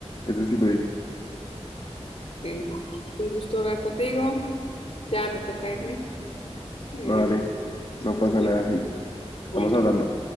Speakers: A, on the left (about 45°); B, on the left (about 65°).
A: Ese sí lo he visto.
B: Bueno, un gusto hablar contigo. Ya me toca irme. Em,
A: No, vale.
B: suerte.
A: No pasa
B: a ti.
A: nada, Heidi. Estamos
B: Bueno.
A: hablando.